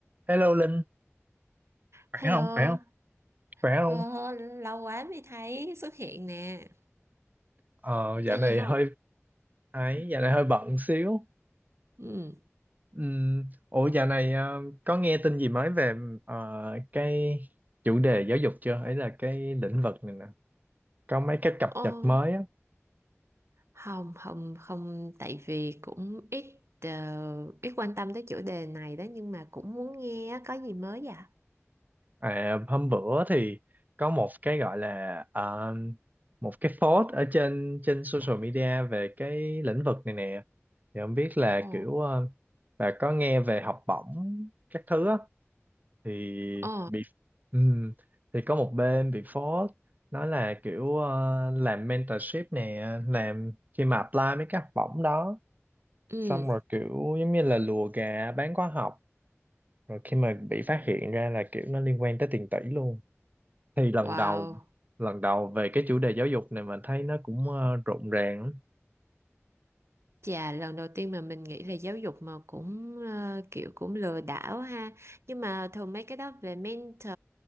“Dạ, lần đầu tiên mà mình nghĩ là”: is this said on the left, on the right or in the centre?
Right